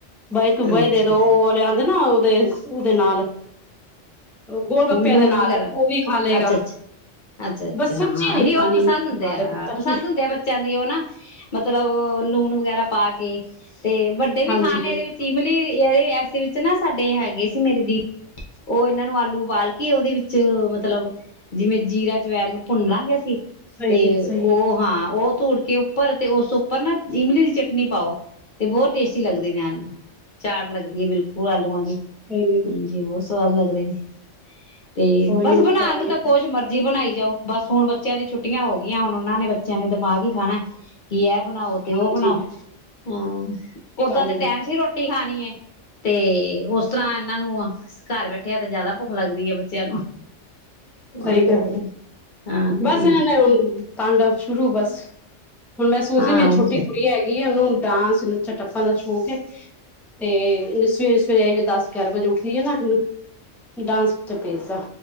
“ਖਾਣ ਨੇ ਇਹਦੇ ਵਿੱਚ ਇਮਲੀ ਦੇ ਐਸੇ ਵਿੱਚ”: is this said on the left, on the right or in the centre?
Left